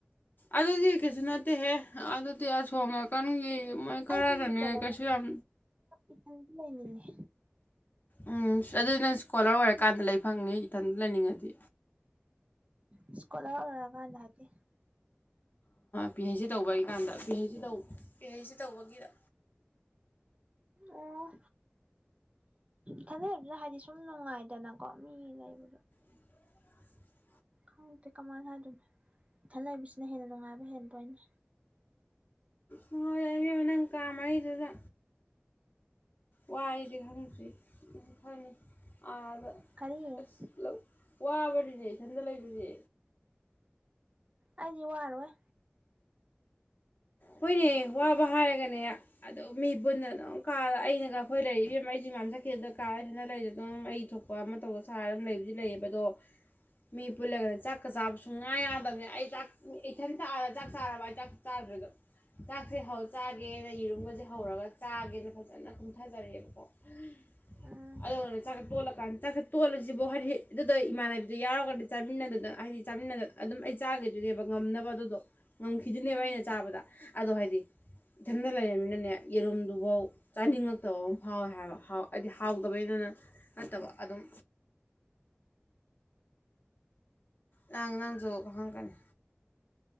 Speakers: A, on the left (about 50°); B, on the right (about 30°).
A: ꯑꯗꯨꯗꯤ ꯀꯩꯁꯨ ꯅꯠꯇꯦꯍꯦ ꯑꯗꯨꯗꯤ ꯑꯁꯣꯝ ꯅꯥꯀꯟꯒꯤ ꯃꯣꯏ ꯈꯔꯅꯅꯦ
B: ꯑꯩꯗꯤꯅꯤ ꯀꯩꯅꯣ
A: ꯀꯩꯁꯨ
B: ꯇ
A: ꯌꯥꯝ
B: ꯏꯗꯤ ꯂꯩꯅꯤꯡꯉ
A: ꯎꯝ ꯑꯗꯨꯅ ꯏꯁꯀꯣꯂꯔ ꯑꯣꯏꯔꯀꯥꯟꯗ ꯂꯩ ꯐꯪꯅꯤ ꯏꯊꯟꯇ ꯂꯩꯅꯤꯡꯉꯗꯤ
B: ꯏꯁꯀꯣꯂꯔ ꯑꯣꯏꯔꯀꯥꯟꯗ ꯍꯥꯏꯗꯤ
A: ꯄꯤ ꯍꯩ ꯁꯤ ꯇꯧꯕꯒꯤ ꯀꯥꯟꯗ ꯄꯤ ꯍꯩ ꯁꯤ ꯇꯧꯕ ꯄꯤ ꯍꯩ ꯁꯤ ꯇꯧꯕꯒꯤꯗ
B: ꯑꯣ ꯈꯟꯖꯔꯕꯅ ꯍꯥꯏꯗꯤ ꯁꯨꯝ ꯅꯨꯡꯉꯥꯏꯗ ꯅꯪ ꯀꯝ ꯌꯥꯕꯨ
A: <inaudible>
B: ꯈꯪꯗꯦ ꯀꯃꯥꯏꯅꯗꯣꯏꯅꯣ ꯏꯊꯜ ꯂꯩꯏꯕꯁꯤꯅ ꯍꯦꯟꯅ ꯅꯨꯡꯉꯥꯏꯕ ꯍꯦꯟꯗꯣꯏꯅꯤ
A: ꯍ ꯅꯪ ꯀ ꯑꯃꯩꯗꯨꯗ ꯋꯥꯏꯗꯤ ꯈꯪꯁꯤ꯭ ꯈꯪꯉꯤ ꯑꯥꯗ
B: ꯀꯔꯤ
A: ꯑꯁ ꯋꯥꯕꯅꯤꯅꯦ ꯏꯊꯟꯗ ꯂꯩꯕꯁꯦ
B: ꯑꯩꯗꯤ ꯋꯥꯔꯣꯏ
A: ꯍꯣꯏꯅꯦ ꯋꯥꯕ ꯍꯥꯏꯔꯒꯅꯦ ꯑꯣ ꯃꯤ ꯄꯨꯟꯅ ꯑꯗꯨꯝ ꯀꯥꯔ ꯑꯩꯅꯒ ꯑꯩꯈꯣꯏ ꯂꯩꯔꯤꯕ ꯑꯃ ꯑꯩꯁꯤ ꯃꯝ ꯆꯠꯈꯤ ꯑꯗꯨꯗ ꯀꯥꯔꯩꯊꯟꯗ ꯂꯩꯔ ꯑꯗꯨꯝ ꯑꯩ ꯊꯣꯛꯄ ꯀ ꯑꯃ ꯇꯧꯗ ꯁꯥꯔ ꯑꯃ ꯂꯩꯕꯨꯗꯤ ꯂꯩꯌꯦꯕ ꯑꯗꯣ ꯃꯤ ꯄꯨꯜꯂꯒꯅꯦ ꯆꯥꯛꯀ ꯆꯥꯕ ꯁꯨꯡꯉꯥꯏ ꯌꯥꯗꯕꯅꯦ ꯑꯩ ꯆꯥꯛ ꯏꯊꯟꯇꯛꯑꯒ ꯆꯥꯛ ꯆꯥꯔꯕ ꯍꯥꯏ ꯑꯩ ꯆꯥꯛ ꯆꯥꯗ꯭ꯔꯗꯣ ꯆꯥꯛꯁꯦ ꯍꯧ ꯆꯥꯒꯦꯅ ꯌꯦꯔꯨꯝꯒꯁꯦ ꯍꯧꯔꯒ ꯆꯥꯒꯦꯅ ꯐꯖꯅ ꯀꯨꯝꯊꯖꯔꯦꯕꯀꯣ <inaudible>
B: ꯎꯝ
A: ꯑꯗꯨꯅ ꯆꯥꯛꯈꯠ ꯇꯣꯜꯂꯀꯥꯟ ꯆꯥꯛꯈꯠ ꯇꯣꯠꯂꯁꯤꯕꯨ ꯍꯥꯏꯗꯤ ꯑꯗꯨꯗ ꯏꯃꯥꯟꯅꯕꯤꯗꯨ ꯌꯥꯎꯔꯒꯗꯤ ꯆꯥꯃꯤꯟꯅꯗꯗꯅ ꯍꯥꯏꯗꯤ ꯆꯥꯃꯤꯟꯅꯗꯅ ꯑꯗꯨꯝ ꯑꯩ ꯆꯥꯈꯤꯗꯣꯏꯅꯦꯕ ꯉꯝꯅꯕ ꯑꯗꯨꯗꯣ ꯉꯝꯈꯤꯗꯨꯣꯏꯅꯦꯕ
B: ꯎꯝ
A: ꯑꯩꯅ ꯆꯥꯕꯗ ꯑꯗꯣ ꯍꯥꯏꯗꯤ ꯏꯊꯟꯇ ꯂꯩꯔꯕꯃꯤꯅꯅꯦ ꯌꯦꯔꯨꯝꯗꯨꯐꯥꯎ ꯆꯥꯅꯤꯡꯉꯛꯇꯕ ꯑꯃ ꯐꯥꯎꯋꯦ ꯍꯥꯏꯕꯥꯎ ꯍꯥꯏꯗꯤ ꯍꯥꯎꯗꯕꯅꯤꯅꯅ ꯅꯠꯇꯕ ꯑꯗꯨꯝ ꯂꯪ ꯅꯥꯡꯖꯒ ꯍꯪꯒꯅꯤ